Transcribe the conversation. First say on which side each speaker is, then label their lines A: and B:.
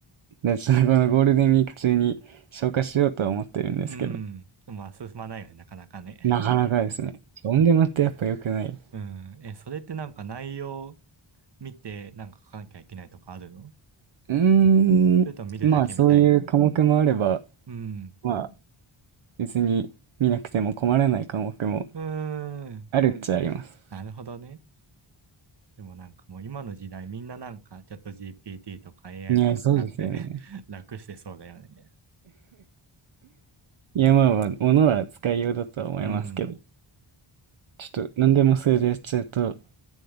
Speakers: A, on the right (about 70°); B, on the right (about 55°).
A: で、それこのゴールデンウィーク中に消化しようとは思ってるんですけど、
B: うん。まあ、進まないよね、なかなかね。
A: なかなかですね。オンデマってやっぱ良くない。
B: うん。え、それってなんか内容見て、なんか書かなきゃいけないとかあるの
A: うーん、
B: それとも見るだけみたいな。
A: まあそういう科目もあれば、
B: うん。
A: まあ別に見なくても困らない科目も
B: うーん。
A: あるっちゃあります。
B: なるほどね。でもなんかもう今の時代みんななんかチャット GPT とか AI
A: いや、
B: とか使って
A: そうですよね。
B: <laughs> 楽してそうだよね。
A: いや、まあまあ、物は使いようだとは思いますけど、
B: うん。
A: ちょっと何でもそれでやっちゃうと、